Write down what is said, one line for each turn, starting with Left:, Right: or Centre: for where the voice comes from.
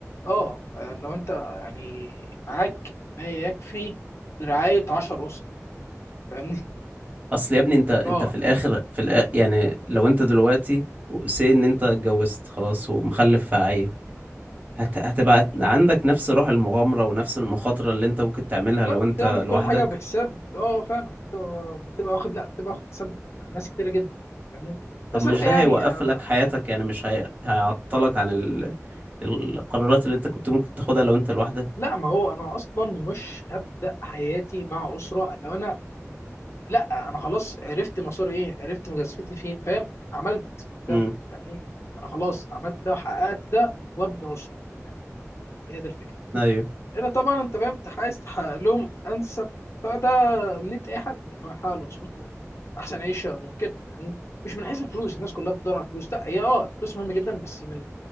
Left: اه آه، لو انت يعني معاك ما يكفي لرعاية 10 اسر فاهمني
Right: اصل يا ابني انت
Left: <laughs>
Right: انت
Left: اه
Right: في الاخر في الآ... يعني لو انت دلوقتي سي ان انت اتجوزت خلاص ومخلف في عيل هت... هتبقى عندك نفس روح المغامرة ونفس المخاطرة اللي انت ممكن تعملها
Left: لا
Right: لو انت
Left: تعمل كل
Right: لوحدك
Left: حاجة بحساب اه فعلا بتبقى بتبقى واخد لا بتبقى واخد حساب ناس كتيرة جدا فاهمني
Right: طب
Left: بس
Right: مش
Left: لا
Right: ده
Left: يعني
Right: هيوقف
Left: أنا-
Right: لك حياتك يعني مش هي... هيعطلك عن ال... القرارات اللي انت كنت ممكن تاخدها لو انت لوحدك
Left: لا ما هو انا اصلا مش هبدا حياتي مع اسرة لو انا لا انا خلاص عرفت مساري ايه عرفت مجازفتي فين فاهم عملت ده
Right: امم
Left: يعني انا خلاص عملت ده وحققت ده وابني اسره يعني هي دي الفكره
Right: ايوه
Left: هنا طبعا انت فاهم انت عايز تحقق لهم انسب فده امنيه اي حد ان هو يحقق لاسرته احسن عيشه ممكن يعني مش من حيث الفلوس الناس كلها بتدور على الفلوس لا هي اه الفلوس مهمه جدا بس من